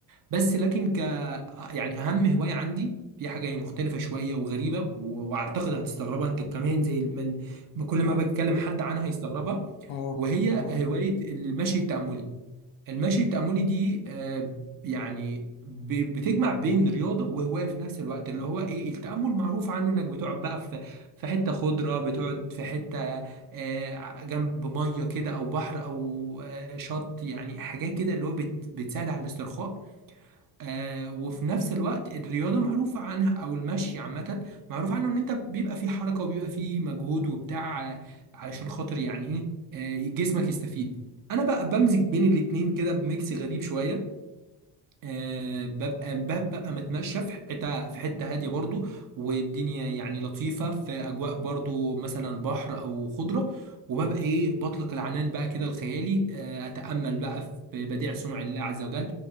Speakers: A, on the right; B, on the left.
A: بس لكن ك يعني اهم هوايه عندي في حاجه مختلفه شويه وغريبه و... واعتقد هتستغربها انت كمان زي المل... كل ما
B: أي.
A: بكلم حد عنها هيستغربها
B: اه
A: وهي
B: اه
A: هوايه المشي التاملي المشي التاملي دي آه، يعني ب... بتجمع بين رياضه وهوايه في نفس الوقت اللي هو ايه التامل معروف عنه انك بتقعد بقى في في حته خضره بتقعد في حته آه، جنب ميه كده او بحر او آه، شط يعني حاجات كده اللي هو بت... بتساعد على الاسترخاء آه وفي نفس الوقت الرياضة معروفة عنها أو المشي عامة معروف عنه إن أنت بيبقى فيه حركة وبيبقى فيه مجهود وبتاع آه، علشان خاطر يعني إيه آه جسمك يستفيد أنا بقى بمزج بين الاتنين كده بميكس غريب شوية آه، ببقى ببقى متمشى في حته في حته هاديه برضو والدنيا يعني لطيفه في اجواء برضو مثلا بحر او خضره وببقى ايه بطلق العنان بقى كده الخيالي آه، اتامل بقى في بديع صنع الله عز وجل